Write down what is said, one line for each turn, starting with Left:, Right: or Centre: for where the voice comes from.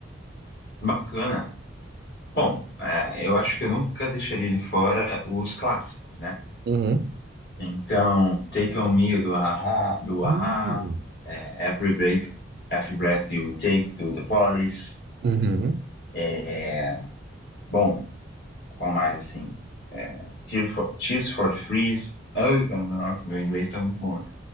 Left: bacana. Bom, é, eu acho que eu nunca deixaria de fora os clássicos, né?
Right: Uhum.
Left: Então, Take On Me do Aha, do
Right: Hum.
Left: Aha, é, Every Breath, Every Breath You Take do The Police.
Right: Uhum.
Left: É, bom. Qual mais, assim? É, Tear for- Tears for Fears. Ai, nossa, meu inglês tá muito bom, né?